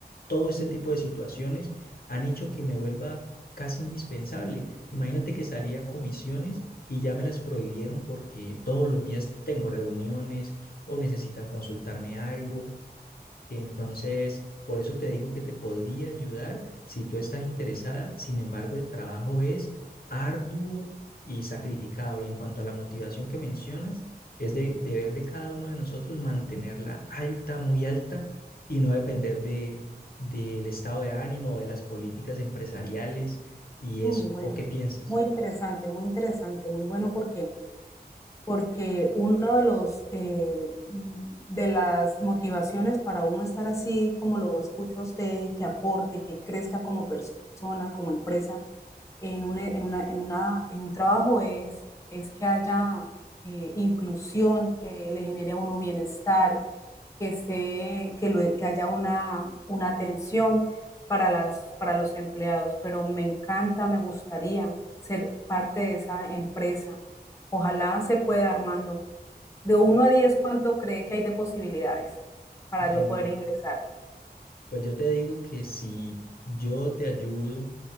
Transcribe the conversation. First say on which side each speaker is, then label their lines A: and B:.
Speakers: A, on the left; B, on the left.
A: todo este tipo de situaciones han hecho que me vuelva casi indispensable. Imagínate que salía a comisiones y ya me las prohibieron porque todos los días tengo reuniones o necesitan consultarme algo entonces, por eso te digo que te podría ayudar si tú estás interesada. Sin embargo, el trabajo es arduo y sacrificado. Y en cuanto a la motivación que mencionas, es de deber de cada uno de nosotros mantenerla alta, muy alta, y no depender de, del estado de ánimo o de las políticas empresariales y
B: Mm,
A: eso.
B: Bueno,
A: ¿O qué piensas?
B: muy interesante, muy interesante, muy bueno porque, porque uno de los eh, de las motivaciones para uno estar así como lo escucho a usted, que aporte, que crezca como persona, como empresa, en un, en una, en una, en un trabajo es, es que haya eh, inclusión, que le genere a uno bienestar, que, esté, que, lo- que haya una, una atención para las, para los empleados, pero me encanta, me gustaría ser parte de esa empresa. Ojalá se pueda, Armando. De uno
A: Bu-
B: a diez ¿cuánto cree que hay de posibilidades para
A: Bueno,
B: yo poder ingresar?
A: Pues yo te digo que si yo te ayudo